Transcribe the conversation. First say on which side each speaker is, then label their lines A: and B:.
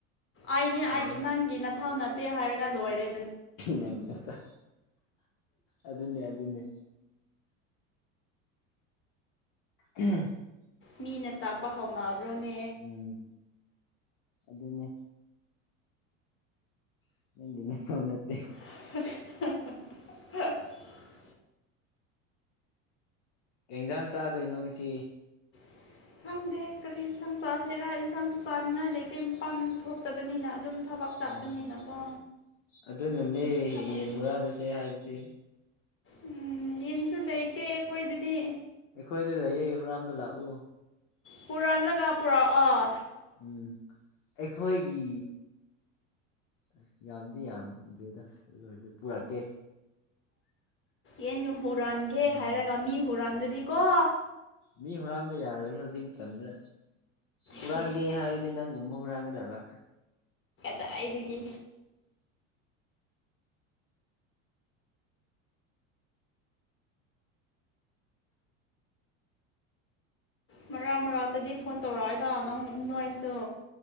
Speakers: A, on the left (about 30°); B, on the left (about 55°).
A: ꯑꯩꯅꯦ
B: ꯎꯝ
A: ꯅꯪꯒꯤ ꯊꯥꯎ ꯅꯠꯇꯦ ꯍꯥꯏꯔꯒ ꯂꯣꯏꯔꯦ
B: ꯅꯪ ꯅꯠꯇ ꯑꯗꯨ ꯑꯗꯨꯟꯅꯅꯦ ꯑꯗꯨꯟꯅꯅꯦ ꯎꯝ <unintelligible> <inaudible>
A: ꯃꯤꯅ ꯇꯥꯛꯄ ꯍꯧꯥꯎꯅꯑꯕ꯭ꯔꯣꯅꯦ
B: ꯎꯝ ꯑꯗꯨꯅꯦ ꯅꯪꯅ ꯅ ꯅꯠꯇꯦ
A: <unintelligible> <inaudible>
B: ꯌꯦꯟꯖꯥꯡ ꯆꯥꯗꯣꯏꯅꯣꯁꯤ
A: <unintelligible> <inaudible> ꯈꯪꯗꯦ ꯀꯔꯤ ꯏꯟꯁꯥꯡ ꯆꯥꯁꯦꯔꯥ ꯏꯟꯁꯥꯡꯁꯨ ꯆꯥꯅꯤꯡꯉꯥꯏ ꯂꯩꯇꯦ ꯃꯄꯥꯟ ꯊꯣꯛꯇꯕꯅꯤꯅ ꯑꯗꯨꯝ ꯊꯕꯛ ꯆꯠꯄꯅꯤꯅꯀꯣ
B: ꯎꯝ ꯑꯗꯨꯅꯅꯦ
A: ꯊꯕꯛ
B: ꯌꯦꯟ ꯍꯨꯔꯛꯜꯂꯁꯦ ꯍꯥꯏꯕꯗꯤ
A: ꯎꯝ ꯌꯦꯟꯁꯨ ꯂꯩꯇꯦ ꯑꯩꯈꯣꯏꯗꯗꯤ
B: ꯑꯩꯈꯣꯏꯗ ꯂꯩꯌꯦ ꯍꯨꯔꯝꯕ ꯂꯥꯛꯎ
A: ꯄꯨꯥꯅꯤꯂꯒꯥ ꯄꯨꯔ ꯑꯥ
B: ꯎꯝ ꯑꯩꯈꯣꯏꯒꯤ ꯑꯁ ꯌꯥꯝꯗꯤ ꯌꯥꯝꯗ꯭ꯔꯦꯗ ꯑꯗꯨ ꯑꯣꯏꯔꯁꯨ ꯄꯨꯔꯛꯀꯦ
A: ꯑꯦꯅꯨ ꯍꯨꯔꯥꯟꯒꯦ
B: ꯎꯝ
A: ꯍꯥꯏꯔꯒ ꯃꯤ ꯍꯨꯔꯥꯟꯗꯨꯗꯤꯀꯣ
B: ꯃꯤ ꯍꯨꯔꯥꯟꯕ ꯌꯥꯔꯣꯏ ꯍꯧꯖꯤꯛ ꯃꯇꯝꯗ ꯍꯨꯔꯥꯟꯒꯦ
A: ꯍꯤꯁ
B: ꯍꯥꯏꯔꯗꯤ ꯅꯪꯒꯨꯝꯕ ꯍꯨꯔꯥꯡꯒꯗꯕ
A: ꯇꯏꯗꯤꯗꯒꯤ ꯃꯔꯛ ꯃꯔꯛꯇꯗꯤ ꯐꯣꯟ ꯇꯧꯔꯛꯑꯏꯗ ꯅꯪ ꯅꯥꯏꯁꯨ